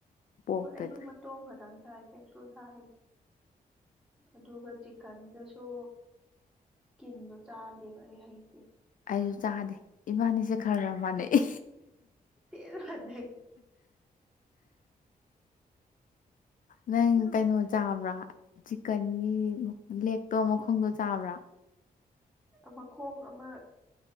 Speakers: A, on the left; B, in the centre.
A: ꯄꯣꯛꯇꯗꯤ
B: ꯍꯣꯏ ꯑꯩꯁꯨꯦ ꯃꯇꯣ ꯈꯛꯇꯪ ꯁꯥꯏ ꯀꯦꯞꯁꯨꯜ ꯁꯥꯩ ꯑꯗꯨꯒ ꯆꯤꯀꯟꯗꯁꯨ ꯏꯁꯀꯤꯟꯗꯣ ꯆꯥꯗꯦꯕ ꯑꯩ ꯍꯩꯇꯦ
A: ꯑꯩꯁꯨ ꯆꯥꯗꯦ ꯏꯕꯥꯅꯤꯁꯦ ꯈꯔ ꯈꯔ ꯃꯥꯟꯅꯩ
B: ꯔ ꯋꯥꯗ ꯅ
A: ꯅꯪ ꯀꯩꯅꯣ ꯆꯥꯕ꯭ꯔꯥ ꯆꯤꯛꯀꯟꯒꯤ ꯂꯦꯛꯇꯣ ꯃꯈꯣꯡꯗꯣ ꯆꯥꯕ꯭ꯔꯥ
B: ꯑꯃ ꯃꯈꯣꯡ ꯑꯃ